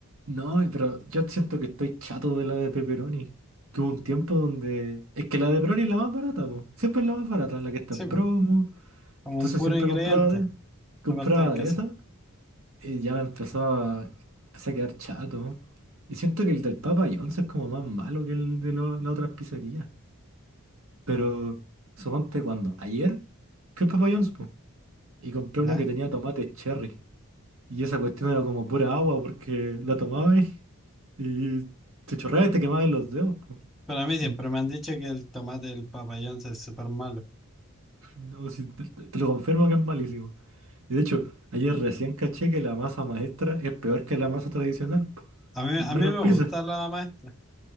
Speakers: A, on the right; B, in the centre.
A: No, pero yo siento que estoy chato de la de pepperoni. Tuve un tiempo donde... Es que la de pepperoni es la más barata, po. Siempre es la más barata, la que está
B: Sí,
A: en promo.
B: pues, como
A: Entonces
B: un puro
A: siempre
B: ingrediente,
A: compraba de, compraba
B: aparte del queso.
A: de esa. Y ya me empezó a, empecé a quedar chato. Y siento que el del Papa John's es como más malo que el de lo- las otras pizzerías. Pero suponte cuando. Ayer fui al Papa John's, po, Y compré
B: ¿Ya?
A: una que tenía tomate cherry. Y esa cuestión era como pura agua porque la tomabas y te chorreabas y te quemabas los dedos. po.
B: Pero a mí siempre
A: Y
B: me han dicho que el tomate del papayón es súper malo.
A: no, si te, te- te lo confirmo que es malísimo. Y de hecho, ayer recién caché que la masa maestra es peor que la masa tradicional. po.
B: A mí,
A: Es
B: a
A: menos
B: mí me
A: pizza.
B: gusta la maestra,